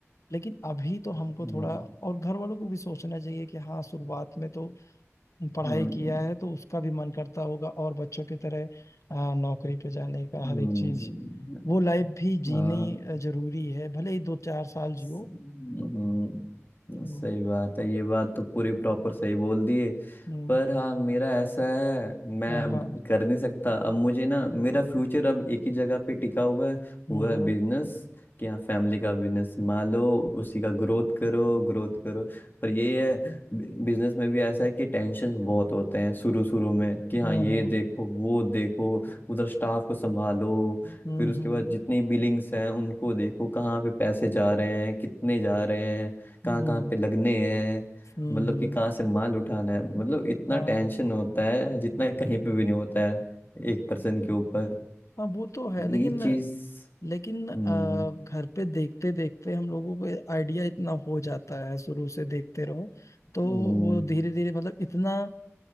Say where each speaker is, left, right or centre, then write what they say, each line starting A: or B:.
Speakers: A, on the left; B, on the left.
A: लेकिन अभी तो हमको
B: हाँ,
A: थोड़ा और घर वालों को भी सोचना चाहिए कि हाँ शुरुआत में तो पढ़ाई
B: हम्म
A: किया है तो उसका भी मन करता होगा और बच्चों की तरह अ, नौकरी पे जाने का
B: हम्म,
A: हर एक चीज वो लाइफ भी जीनी
B: हाँ
A: अ, जरूरी है भले ही दो चार साल
B: हम्म,
A: जियो
B: हम्म,
A: हम्म
B: सही बात है ये बात तो पूरी प्रॉपर सही बोल दिए
A: हम्म
B: पर हाँ मेरा ऐसा है मैं
A: हाँ
B: अब
A: हाँ
B: कर नहीं सकता अब मुझे ना मेरा फ्यूचर अब एक ही जगह पे टिका हुआ है
A: हम्म
B: वो है
A: हम्म
B: बिजनेस कि हाँ फैमिली का बिजनेस संभालो उसी का ग्रोथ करो ग्रोथ करो पर ये है बिजनेस में भी ऐसा है कि टेंशन बहुत होते हैं शुरू शुरू में कि हाँ
A: हम्म
B: ये देखो वो देखो उधर स्टाफ को संभालो
A: हम्म
B: फिर उसके
A: हम्म
B: बाद जितनी बिलिंग्स हैं उनको देखो कहाँ पे पैसे जा रहे हैं कितने जा रहे हैं कहाँ
A: हम्म,
B: कहाँ पे लगने हैं
A: हम्म,
B: मतलब
A: हम्म,
B: कि कहाँ से माल उठाना है मतलब इतना
A: हाँ
B: टेंशन होता है जितना कहीं पे भी नहीं होता है एक पर्सन के ऊपर
A: हाँ वो तो है लेकिन
B: ये चीज
A: लेकिन अ,
B: हम्म
A: घर पे देखते देखते हम लोगों को आइडिया इतना हो जाता है शुरू से देखते रहो तो
B: हम्म
A: वो धीरे धीरे मतलब इतना